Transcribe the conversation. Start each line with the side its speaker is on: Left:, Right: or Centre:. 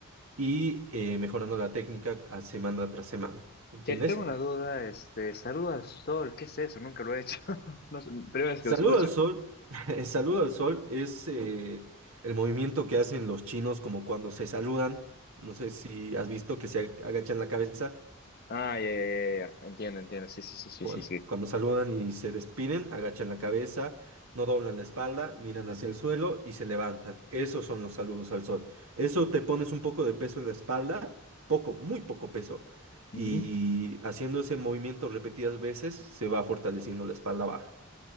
Right: y eh, mejorando la técnica a semana tras semana. ¿Entiendes?
Left: Che, tengo una duda, este, saluda al sol, ¿qué es eso? Nunca lo he hecho. <laughs> No sé, primera vez
Right: Saludo
Left: que lo escucho.
Right: al sol. <laughs> El saludo al sol es eh, el movimiento que hacen los chinos como cuando se saludan. No sé si has visto que se ag- agachan la cabeza.
Left: Ah, ya, ya, ya, ya. Entiendo, entiendo. Sí, sí, sí, sí,
Right: cuan-
Left: sí, sí.
Right: Cuando saludan y se despiden, agachan la cabeza, no doblan la espalda, miran hacia el suelo y se levantan. Esos son los saludos al sol. Eso te pones un poco de peso en la espalda, poco, muy poco peso,
Left: Ujú.
Right: y haciendo ese movimiento repetidas veces se va fortaleciendo la espalda baja.